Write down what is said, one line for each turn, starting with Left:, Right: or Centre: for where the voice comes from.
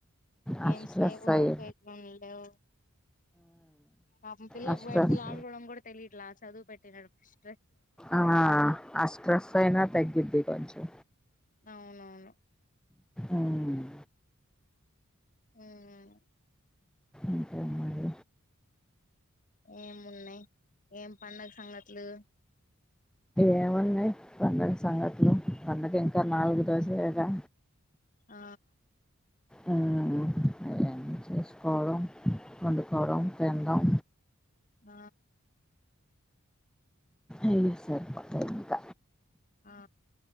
Left: గేమ్స్
Centre: ఆ స్ట్రెస్
Left: లేవు
Centre: అయ్యి
Left: పేట్ <unintelligible> లేవు పాపం పిల్లలు
Centre: ఆ స్ట్రెస్
Left: బయట కెళ్ళి ఆడుకోవడం కూడా ఇట్లా చదువు పెట్టినరు కిష్
Centre: ఆ ఆ స్ట్రెస్ అయినా తగ్గిద్ది కొంచెం
Left: అవునవును
Centre: అవును
Left: ఉమ్మ్
Centre: ఇంకా మరి
Left: ఏమున్నయి ఏం పండగ సంగతులు
Centre: ఏమున్నాయి పండగ సంగతులు పండగ ఇంకా నాలుగు రోజులేగా
Left: ఆ
Centre: అవునండి అవన్నీ చేసుకోవడం వండుకోవడం తినడం
Left: ఆ
Centre: అయ్యి సరిపోతాయి ఇంక
Left: ఆ